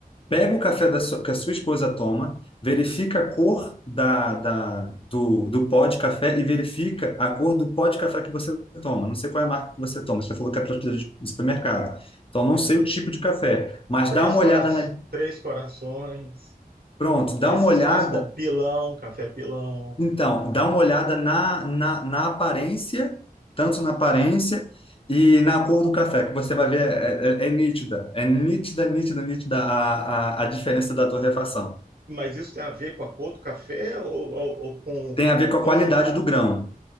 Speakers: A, on the left; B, on the right.
A: Pega o café da sua- que a sua esposa toma, verifica a cor da, da- do, do pó de café e verifica a cor do pó de café que você toma. Não sei qual é a marca que você toma, você falou que é prateleira de de supermercado. Então, não
B: É.
A: sei o tipo de café, mas
B: Três,
A: dá uma
B: cora...
A: olhada na,
B: Três corações.
A: Pronto,
B: Esses
A: dá uma olhada
B: mais com pilão, café pilão.
A: Então, dá uma olhada na, na, na aparência, tanto na aparência e na cor do café, que você vai ver, é, é- é nítida, é nítida, nítida, nítida a, a, a diferença da torrefação.
B: Mas isso tem a ver com a cor do café ou, ou- ou com
A: Tem a ver com
B: como
A: a qualidade do grão.